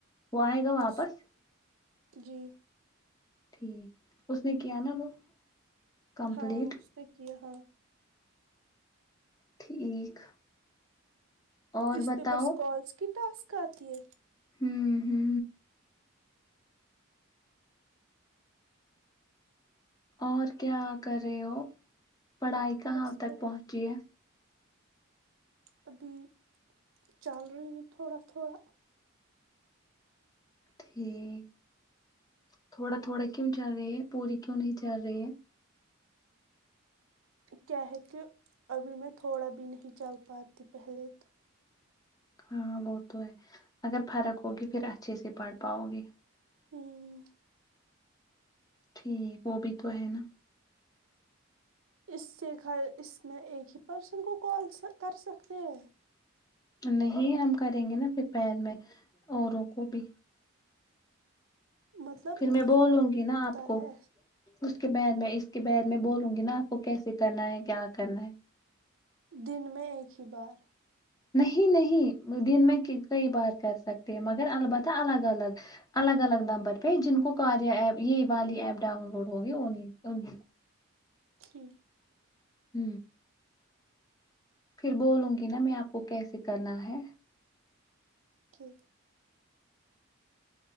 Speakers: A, on the left; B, on the right.
A: وہ آئے گا واپس
B: اس جی
A: ٹھیک اس نے کیا نا وہ کمپلیٹ
B: ہاں اس نے کیا ہاں
A: ٹھیک اور
B: اسس
A: بتاؤ
B: پہ بس کالس کی ٹاسک کاتی ہے
A: ہوں ہوں اور کیا کر رہے ہو پڑھائی کہاں
B: بس
A: تک
B: بیٹھ
A: پہنچی ہے
B: ابھی چل رہی ہوں تھوڑا تھوڑا
A: ٹھیک تھوڑا تھوڑا کیوں چل رہی ہے پوری کیوں نہیں چل رہی ہے
B: کیا ہے کہ ابھی میں تھوڑا بھی نہیں چل پاتی پہلے تو
A: ہاں وہ تو ہے اگر فرق ہوگی پھر اچھے سے پڑھ پاؤ گے
B: ہوں
A: ٹھیک وہ بھی تو ہے نا
B: اس سے گھر اس میں ایک ہی پرسن کو کال کر سکتے ہیں
A: نہیں ہم کریں گے نا پھر پیر میں اوروں کو بھی
B: مطلب
A: پھر میں بولوں
B: ہوتا
A: گی نا آپ کو
B: ہے
A: اس کے بعد میں اس کے بد میں بولوں گی نا آپ کو کیسے کرنا ہے کیا کرنا ہے
B: دن میں ایک ہی بار
A: نہیں نہیں دن میں کئی بار کر سکتے ہیں مگر البتہ الگ الگ الگ الگ نمبر پہ جن کو کاریہ ایپ یہ والی ایپ ڈاؤن لوڈ ہوگی ان انیں
B: جی
A: ہ پھر بولوں گی نا میں آپ کو کیسے کرنا ہے
B: کی